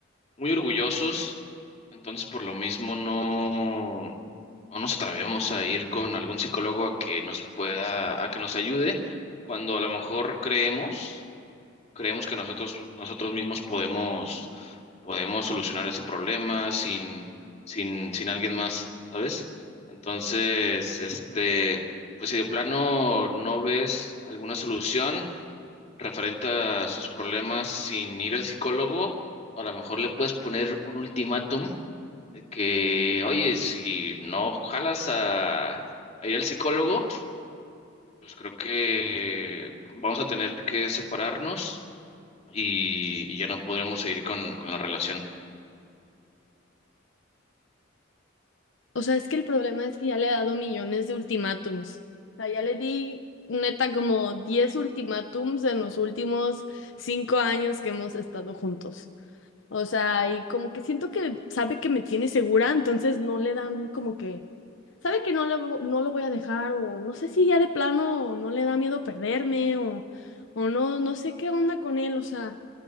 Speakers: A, on the left (about 35°); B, on the left (about 75°).
A: muy orgullosos, entonces por lo mismo no, no nos atrevemos a ir con algún psicólogo a que nos pueda, a que nos ayude cuando a lo mejor creemos. creemos que nosotros, nosotros mismos podemos, podemos solucionar ese problema sin, sin, sin alguien más, ¿sabes? Entonces, este, pues si de plano no ves alguna solución referente a sus problemas sin ir al psicólogo, a lo mejor le puedes poner un ultimátum de que, oye, si no jalas a, a ir al psicólogo, pues creo que vamos a tener que separarnos y, y ya no podremos seguir con, con la relación.
B: O sea, es que el problema es que ya le he dado millones de ultimátums. O sea, ya le di neta como 10 ultimátums en los últimos 5 años que hemos estado juntos. O sea, y como que siento que sabe que me tiene segura, entonces no le dan como que... Sabe que no, le, vo- no lo voy a dejar o no sé si ya de plano no le da miedo perderme o, o no, no sé qué onda con él. O sea,